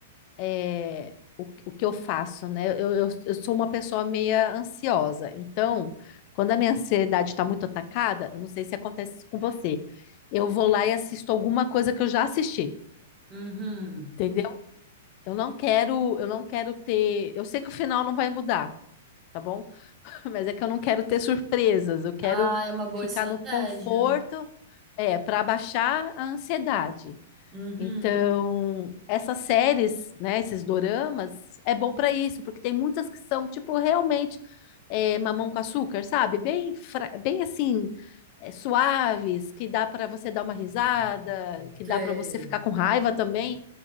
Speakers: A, on the left (about 45°); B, on the right (about 25°).
A: é, o que eu faço, né? Eu, eu, eu sou uma pessoa meia ansiosa, então, quando a minha ansiedade está muito atacada, eu não sei se acontece isso com você, eu vou lá e assisto alguma coisa que eu já assisti,
B: Uhum.
A: entendeu? Eu não quero, eu não quero ter, eu sei que o final não vai mudar, tá bom? <laughs> mas é que eu não quero ter surpresas, eu quero
B: Ah, é uma boa
A: ficar
B: estratégia.
A: no conforto, é, para abaixar a ansiedade.
B: Uhum.
A: Então, essas séries, né, esses doramas, é bom para isso, porque tem muitas que são, tipo, realmente é, mamão com açúcar, sabe? Bem, fra- bem assim, é, suaves, que dá para você dar uma risada, que
B: Sei.
A: dá para você ficar com raiva também.